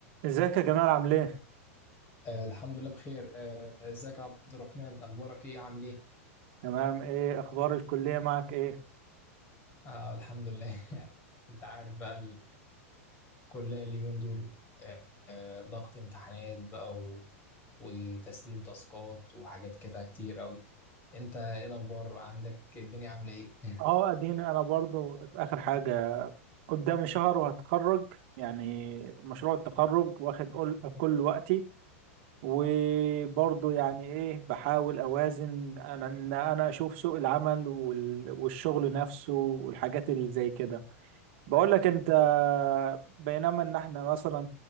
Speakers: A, on the right; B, on the left.
A: ازيك يا جمال عامل ايه؟
B: آه الحمد لله بخير آه، ازيك يا عبد الرحمن اخبارك ايه عامل ايه
A: تمام ايه اخبار الكلية معك ايه؟
B: آه الحمد لله <laughs> انت عارف بقى الكلية اليومين دول آه آه، ضغط امتحانات بقى و... وتسليم تاسكات وحاجات كده كتير قوي انت ايه الاخبار عندك الدنيا عاملة ايه <laughs>
A: اه اديني انا برضو في اخر حاجة قدامي شهر وهتخرج يعني مشروع التخرج واخد كل كل وقتي وبرضو يعني ايه بحاول اوازن انا ان انا اشوف سوق العمل وال- والشغل نفسه والحاجات اللي زي كده بقول لك انت بينما ان احنا مثلا